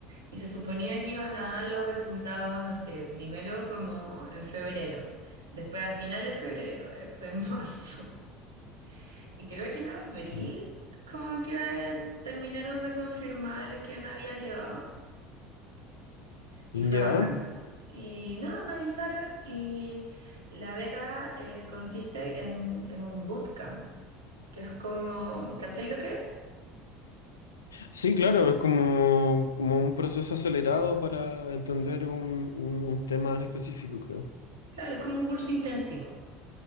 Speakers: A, on the right; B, on the left.
A: Y se suponía que iban a dar los resultados, no sé, primero como en febrero, después a finales de febrero, después en marzo. <laughs> Y creo que en abril
B: Mm.
A: como que terminaron de confirmar quién había quedado. Y
B: ¿Ya?
A: fue bacán. Y nada, me avisaron y la beca eh, consiste en, en un bootcamp, que es como, ¿cachai lo que? es?
B: Sí, claro, es como, como un proceso acelerado para entender un, un- un tema en específico, creo.
A: Claro, es como un curso intensivo.